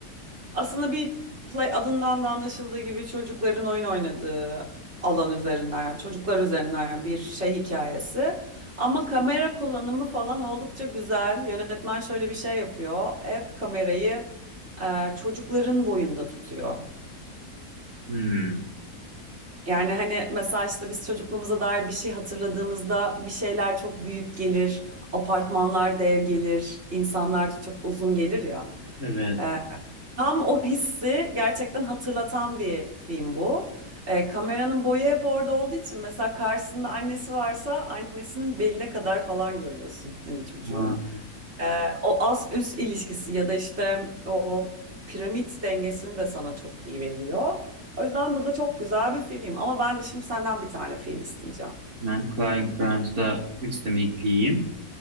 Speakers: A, on the right; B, on the right.
A: Aslında bir play adından da anlaşıldığı gibi çocukların oyun oynadığı alan üzerinden yani çocuklar üzerinden yani bir şey hikayesi. Ama kamera kullanımı falan oldukça güzel. Yönetmen şöyle bir şey yapıyor. Hep kamerayı e, çocukların boyunda tutuyor.
B: Hmm,
A: Yani hani mesela işte biz çocukluğumuza dair bir şey hatırladığımızda bir şeyler çok büyük gelir, apartmanlar dev gelir, insanlar çok uzun gelir ya.
B: Evet.
A: E, Tam o hissi gerçekten hatırlatan bir film bu. Ee, kameranın boyu hep orada olduğu için mesela karşısında annesi varsa annesinin beline kadar falan görüyorsun hani çocuğun.
B: Ha,
A: Ee, o ast üst ilişkisi ya da işte o piramit dengesini de sana çok iyi veriyor. O yüzden bu da çok güzel bir film ama ben de şimdi senden bir tane film isteyeceğim.
B: Hemen Cary Grant'ı da listeme ekleyeyim.